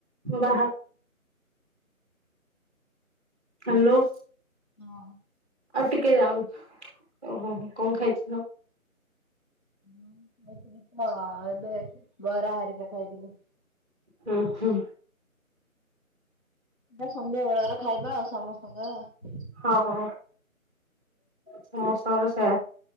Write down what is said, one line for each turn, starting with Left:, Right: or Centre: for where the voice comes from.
Centre: ବାହା ହ୍ୟାଲୋ।
Left: ହଁ।
Centre: ଆଉ ଟିକେ ଯାଉ। ଓହୋ କଣ ଖାଇଥିଲ?
Left: ହଁ, ଖାଇଥିଲି ତ। ଏବେ ବରା ହରିକା ଖାଇଥିଲି।
Centre: ହୁଁ ହୁଁ।
Left: ସେଟା ସନ୍ଧ୍ୟା ବେଳର ଖାଇବା ଆଉ ସମସ୍ତଙ୍କର।
Centre: ହଁ ହଁ, ସମସ୍ତଙ୍କର ସେୟା।